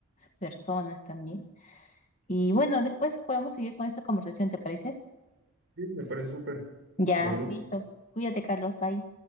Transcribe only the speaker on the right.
Sí, me parece súper.
Nos vemos.